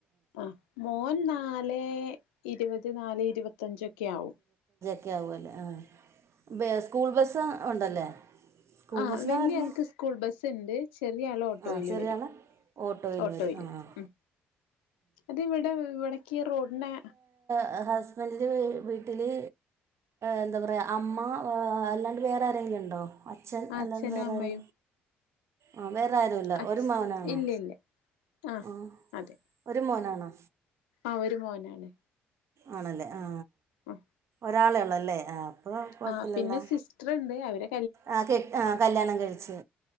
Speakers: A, on the left (about 85°); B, on the right (about 55°).
A: ആ മോൻ നാലേ ഇരുവത് നാലേഇരുവതഞ്ച് ഒക്കെ ആവും
B: ഓക്കെആവുഅല്ലെ ആ ബെ സ്കൂൾ ബസ് ഉണ്ടല്ലേ സ്കൂൾ
A: ആഹ്
B: ബസ്സിനാണ്
A: വല്ല്യആൾക്ക്
B: വരുന്നത്
A: സ്കൂൾ ബസ്സ്ണ്ട് ചെ റിയാള് ഓട്ടോയില്
B: ആ ചെറിയ
A: വരുംംഓട്ടോയില്
B: ആൾ ഓട്ടോയിൽ വരും ആ ആ
A: ഉം അത് എവിടെ ഇവടെക്ക് റോഡ്ന്
B: ഹ ഹസ്ബൻഡിന്റെ വി വീട്ടില് എന്താ പറയാ അമ്മ അല്ലാണ്ട് വേറെ ആരെങ്കിലുണ്ടോ അച്ഛൻ
A: അച്ഛനും
B: അല്ലാണ്ട്‌ വേറെ
A: അമ്മയും
B: ആരെ ആ വേറെ ആരൂല്ല
A: അച്
B: ഒരു മകനാണോ
A: ഇല്ല ഇല്ല ആഹ്
B: ആ
A: അതെ
B: രു മോനാണോ
A: ആ ഒരു മോനാണ്
B: ആണല്ലേ ആ
A: ആ
B: ഒരാളെള്ള്വല്ലേ ആ അപ്പോൾ കുഴപ്പമില്ലല്ലോ
A: ആ പിന്നെ സിസ്റ്ററ്ണ്ട് അവര്
B: ആ കെ ആ കല്ല്യാണം കഴിച്ചു